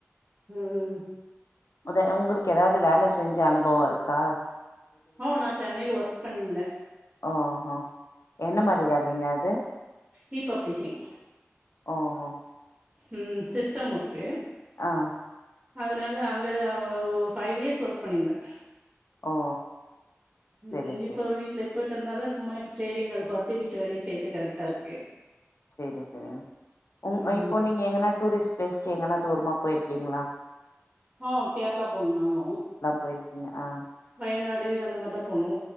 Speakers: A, on the right; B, on the left.
A: உம்
B: அதை உங்ளுக் க்கு ஏதாவது வேல செஞ்ச அனுபவ இருக் க்கா
A: ஹா நான் சென்னைல ஒர்க் பண்ணிருந்தே
B: ஓஹோ என்ன மாரி வேலைங்க அது
A: ரீபப்ளிஷிங்
B: ஓ ஓ
A: ம் சிஸ்டம் ஒர்க் கே
B: ஆ
A: அதனால அங்க ஒரு ஃபைவ் இயர்ஸ் ஒர்க் பண்ணிருந்தன்
B: ஓ செரி
A: உம் இப்போ
B: செரிங்க
A: வீட்ல எப்ப இருக்கறனால சும்மா இப்ப ட்ரேடிங் அத பாத்து வீட்டு வேலய செய்ரது கரெக்டா இருக்கு
B: சேரி சேரி உ
A: ம்
B: இப்போ நீங்க எங்கனா டூரிஸ்ட் பிளேஸ்கு எங்கனா தூரமா போய்ருக்கீங்களா
A: ஆஹ் கேரளா போணம் நாங்களு
B: போயிருக்கீங்க ஆ
A: வயநாடு அந்த மாரிதா போனோ